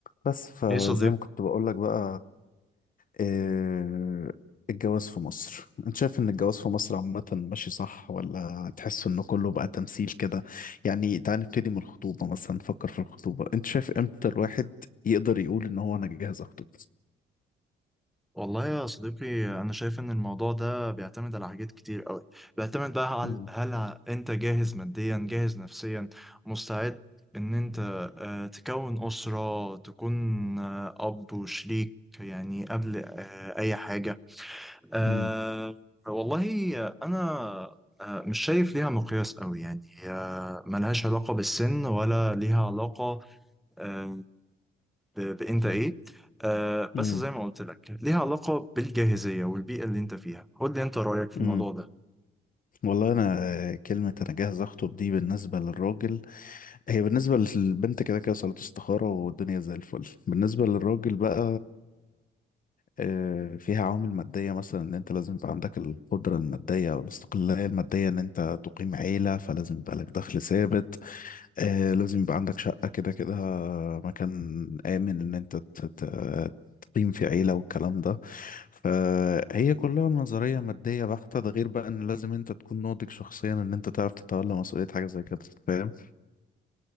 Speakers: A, on the left; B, in the centre.
A: بس فزي
B: ايه صديق
A: ما كنت بقول لك بقى آه، الجواز في مصر انت شايف ان الجواز في مصر عامة ماشي صح ولا تحس ان كله بقى تمثيل كده يعني تعال نبتدي من الخطوبة مثلا نفكر في الخطوبة انت شايف امتى الواحد يقدر يقول ان هو انا جاهز اخطب
B: والله يا صديقي انا شايف ان الموضوع ده بيعتمد على حاجات كتير قوي بيعتمد بقى
A: مم.
B: على هل ع- انت جاهز ماديا جاهز نفسيا مستعد ان انت آه، تكون اسرة تكون آه، اب وشريك يعني قبل آه، اي حاجة آه،
A: مم.
B: والله انا آه، مش شايف ليها مقياس قوي يعني آه، ملهاش علاقة بالسن ولا ليها علاقة آه، ب- بانت ايه آه
A: مم.
B: بس زي ما قلت لك ليها علاقة بالجاهزية والبيئة اللي انت فيها قول لي انت رأيك في الموضوع
A: مم.
B: ده
A: والله انا كلمة انا جاهز اخطب دي بالنسبة للراجل هي بالنسبة للبنت كده كده صلاة استخارة والدنيا زي الفل بالنسبة للراجل بقى آه، فيها عوامل مادية مثلا إن أنت لازم يبقى عندك القدرة المادية أو الاستقلالية المادية إن أنت تقيم عيلة فلازم يبقى لك دخل ثابت آه، لازم يبقى عندك شقة كده كده مكان آمن إن أنت ت- ت- تقيم في عيلة والكلام ده فهي كلها نظرية مادية بحتة ده غير بقى إن لازم أنت تكون ناضج شخصيا إن أنت تعرف تتولى مسؤولية حاجة زي كده فاهم؟